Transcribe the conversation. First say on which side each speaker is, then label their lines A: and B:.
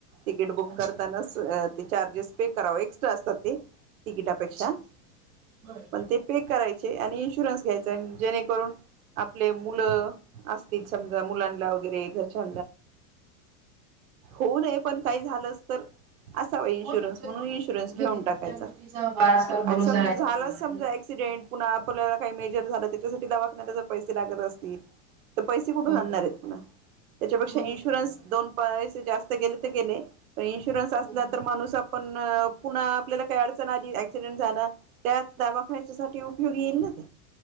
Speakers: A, on the right (about 70°); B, on the right (about 25°).
A: तिकीट बुक
B: अच्छा
A: करतानाच ते चार्जेस पे कराव, एक्ट्रा असतात ते तिकिटापेक्षा
B: अच्छा बरं
A: पण ते पे करायचे आणि इन्शुरन्स घ्यायचाय जेणेकरून आपले मुलं असतील समजा मुलांना वगैरे घर होऊ दे पण काही झालंच तर असावा इन्शुरन्स
B: हो ना कधी
A: म्हणून इन्शुरन्स घेऊन
B: कधी कुठल्या
A: टाकायचा
B: गोष्टीचा बा- आजकाल भरोसा
A: आणि समजा
B: राहिला
A: झाला
B: नाही
A: समजा
B: ना
A: ऍक एक्सिडेंट पुन्हा आपल्याला काही मेजर झालं त्याच्यासाठी दवाखाण्याला जर पैसे लागत असतील तर पैसे कुठून
B: बरोबर
A: आणणार आहेतपुन्हा, त्याच्यापेक्षा
B: बरोबर
A: इन्शुरन्स
B: बरोबर
A: दोन पैसे जास्त गेले तर गेले. इन्शुरन्स
B: हो
A: असला
B: हो बरोबर,
A: तर माणूस आपण पुन्हा आपल्याला काही अडचण आली ऍक्सिडेंट झाला. त्याच दावाखानण्याच्यासाठी उपयोगी येईल ना ते.